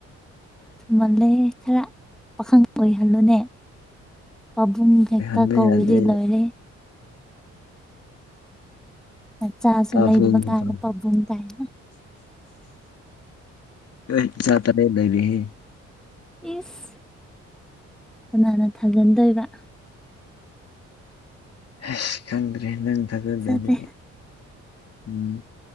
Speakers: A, in the centre; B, on the left.
A: ꯊꯨꯝꯍꯜꯂꯦ ꯈꯔ ꯄꯥꯈꯪ ꯑꯣꯏꯍꯜꯂꯨꯅꯦ ꯄꯥꯕꯨꯡ ꯍꯦꯛꯇ
B: ꯑꯣꯏꯍꯟꯕ
A: ꯀꯧꯔꯗꯤ
B: ꯌꯥꯗꯦ
A: ꯂꯣꯏꯔꯦꯍꯦ ꯅꯆꯥꯁꯨ
B: ꯄꯥꯕꯨꯡꯅꯤ
A: ꯂꯩꯗꯔ꯭ꯤꯕ ꯀꯥꯟꯅ
B: ꯄꯥꯕꯨꯡ
A: ꯄꯕꯨꯡ ꯀꯥꯏꯅ
B: ꯑꯦ ꯏꯆꯥ ꯇꯔꯦꯠ ꯂꯩꯔꯦ ꯍꯦ
A: ꯏꯁ ꯀꯅꯥꯅ ꯊꯥꯖꯤꯟꯗꯣꯏꯕ
B: ꯑꯁ ꯈꯪꯗ꯭ꯔꯦ ꯅꯪ ꯊꯥꯖꯗꯔꯗꯤ
A: ꯐꯖꯗꯦ
B: ꯎꯝ